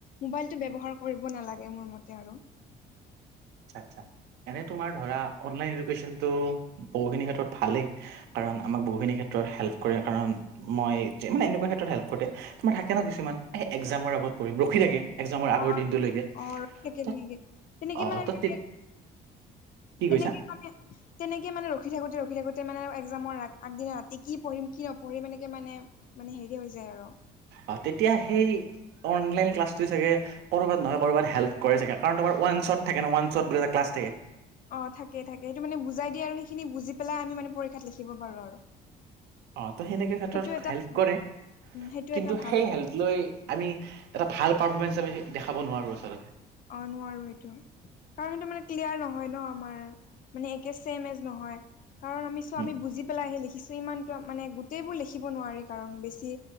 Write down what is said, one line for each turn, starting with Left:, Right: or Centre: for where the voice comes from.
Left: মোবাইলটো ব্যৱহাৰ কৰিব নালাগে মোৰ মতে আৰু।
Right: আচ্ছা আচ্ছা, এনে তোমাৰ ধৰা অনলাইন এডুকেশ্যনটো বহুখিনিৰ ক্ষেত্ৰত ভালেই। কাৰণ আমাক বহুখিনি ক্ষেত্ৰত হেল্প কৰে কাৰণ মই যে মানে এনেকুৱা ক্ষেত্ৰত হেল্প কৰে। তোমাৰ থাকে ন কিছুমান, এ একজামৰ আগত পঢ়িম ৰখি থাকে। এক্সামৰ আগৰ
Left: অ
Right: দিনটোলৈকে
Left: অ তে তেনেকে
Right: ত
Left: তেনেকে
Right: অ
Left: মানে আমি
Right: ত
Left: কি
Right: তে- কি
Left: তেনেকে
Right: কৈছা
Left: আমি তেনেকে মানে ৰখি থাকোঁতে ৰখি থাকোঁতে মানে একজামৰ আগদিনা ৰাতি কি পঢ়িম কি নপঢ়িম এনেকে মানে মানে হেৰি হৈ যায় আৰু
Right: অ তেতিয়া সেই অনলাইন ক্লাছটো চাগে ক'ৰবাত নহয় ক'ৰবাত হেল্প কৰে চাগে কাৰণ তোমাৰ ৱান চট থাকে ন ৱান চট বুলি এটা ক্লাছ থাকে।
Left: অ থাকে থাকে সেইটো মানে বুজাই দিয়ে আৰু সেইখিনি বুজি পেলাই আমি মানে পৰীক্ষাত লিখিব পাৰো আৰু।
Right: অ তো সেনেকে ক্ষেত্ৰত
Left: সেইটো এটা
Right: হেল্প
Left: ভাল
Right: কৰে
Left: উম সেইটো
Right: কিন্তু
Left: এটা ভাল
Right: সেই হেল্প লৈ আমি এটা ভাল পাৰফৰ্মেঞ্চ আমি দেখাব নোৱাৰোঁ আচলতে।
Left: অ নোৱাৰো এইটো। কাৰণ সেইটো মানে ক্লিয়াৰ নহয় ন আমাৰ মানে একে চেম এজ নহয়। কাৰণ আমি চ
Right: উম,
Left: আমি বুজি পেলাইহে লিখিছো, ইমানতো মানে গোটেইবোৰ লিখিব নোৱাৰি কাৰণ বেছি